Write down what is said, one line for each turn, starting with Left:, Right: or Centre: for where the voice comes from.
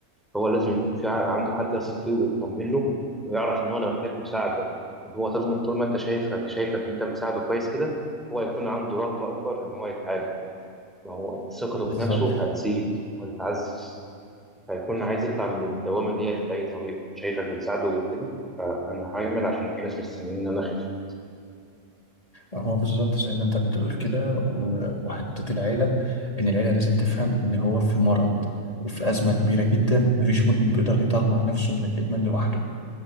Centre: هو لازم يكون في ع- عنده حد يثق فيه ويطمن له ويعرف ان هو انا محتاج مساعده وهو طول ما طول ما انت شايفك شايفك ان انت بتساعده كويس كده هو هيكون عنده رغبه اكبر ان هو يتعالج ما هو ثقته
Left: بالظبط
Centre: في نفسه هتزيد وهتتعزز هيكون عايز يطلع من الدوامه ديت باي طريقه شايفك بتساعده وكده فانا هعمل عشان في ناس مستنيين ان انا اخف
Left: هو بالظبط زي ما انت بتقول كده و- وحتة العيلة ان العيلة لازم تفهم ان هو في مرض وفي أزمة كبيرة جدا مفيش مدمن بيقدر يطلع نفسه من الإدمان لوحده